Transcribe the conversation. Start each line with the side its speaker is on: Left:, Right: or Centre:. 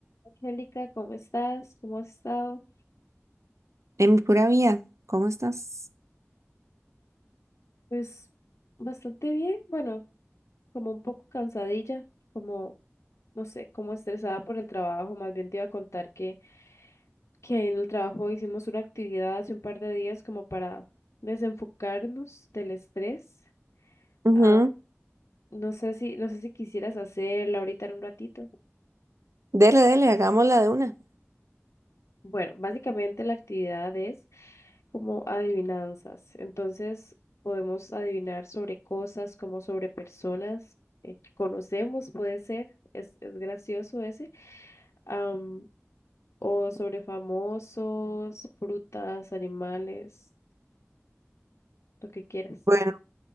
Left: Angélica, ¿cómo estás? ¿Cómo has estado?
Right: En mi pura vida, ¿cómo estás?
Left: Pues bastante bien, bueno, como un poco cansadilla, como, no sé, como estresada por el trabajo. Más bien te iba a contar que, que en el trabajo hicimos una actividad hace un par de días como para desenfocarnos del estrés.
Right: Ujú.
Left: Ah, no sé si, no sé si quisieras hacerla ahorita en un ratito.
Right: Dele, dele, hagámosla de una.
Left: Bueno, básicamente la actividad es como adivinanzas. Entonces, podemos adivinar sobre cosas como sobre personas eh, que conocemos, puede ser, es, es gracioso ese, am, o sobre famosos, frutas, animales, lo que quieras.
Right: Bueno,